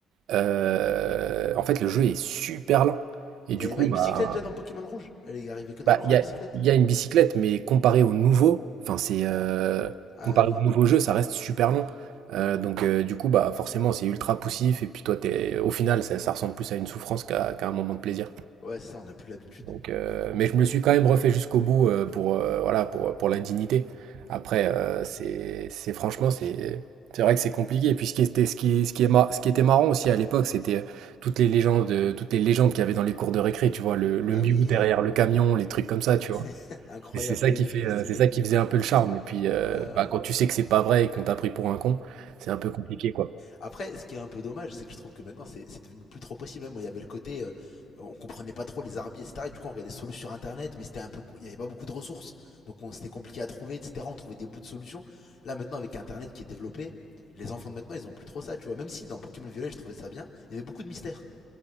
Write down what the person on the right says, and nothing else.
euh, en fait, le jeu est super lent. Et
du
coup,
bah,
bah,
il y
a,
il y a une bicyclette, mais comparé au nouveau, enfin, c'est euh,
comparé
au nouveau jeu, ça reste super long. Euh, donc, euh, du coup, bah, forcément, c'est ultra poussif. Et puis, toi, t'es, au final, ça, ça ressemble plus à une souffrance qu'à qu'à un moment de plaisir.
Donc, euh, mais je me suis quand même refait jusqu'au bout euh, pour, euh, voilà, pour, pour l'indignité. Après, euh, c'est, c'est franchement, c'est, c'est vrai que c'est compliqué. Et puis ce qui était, ce qui, ce qui est mar- ce qui était marrant aussi à l'époque, c'était toutes les légendes, euh, toutes les légendes qu'il y avait dans les cours de récré, tu vois, le, le
miou
derrière le camion, les trucs comme ça, tu vois.
Et c'est ça
qui
fait,
euh,
c'est ça qui faisait un peu le charme. Et puis euh,
bah, quand tu sais que c'est pas vrai et qu'on t'a pris pour un con, c'est un peu compliqué, quoi.